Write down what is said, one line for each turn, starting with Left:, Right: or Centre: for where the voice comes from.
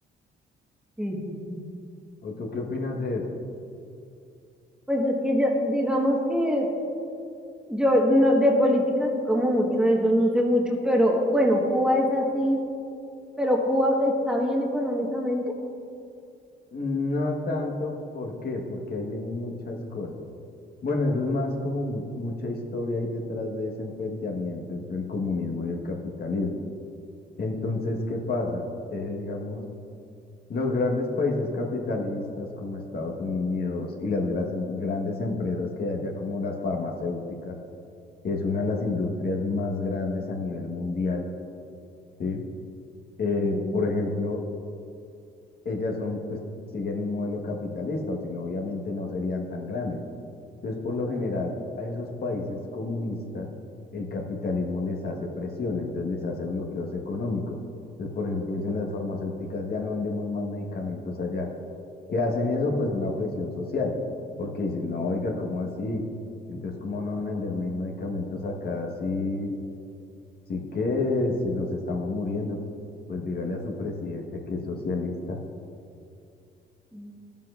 Centre: sí, sí, sí.
Left: ¿O tú qué opinas de eso?
Centre: Pues es que yo, digamos que yo no, de política sí como mucho de eso, no sé mucho, pero bueno, Cuba es así, pero Cuba está bien económicamente.
Left: No tanto, ¿por qué? Porque ahí vienen muchas cosas. Bueno, eso es más como mu- mucha historia ahí detrás de ese enfrentamiento entre el comunismo y el capitalismo. Entonces, ¿qué pasa? Eh, digamos, los grandes países capitalistas como Estados Unidos y las gras- grandes empresas que hay allá como las farmacéuticas, que es una de las industrias más grandes a nivel mundial, ¿sí? Eh,
Centre: Sí,
Left: por ejemplo, ellas son, pues, siguen un modelo capitalista, o si no, obviamente no serían tan grandes. Entonces, por lo general, a esos países comunistas, el capitalismo les hace presión, entonces les hace bloqueos económicos. Entonces, por ejemplo, dicen las farmacéuticas, ya no vendemos más medicamentos allá. ¿Qué hacen eso? Pues una presión social, porque dicen, no, oiga, ¿cómo así? Entonces, ¿cómo no van a venderme medicamentos acá si Así que si nos estamos muriendo, pues dígale a su presidente que es socialista.
Centre: mm,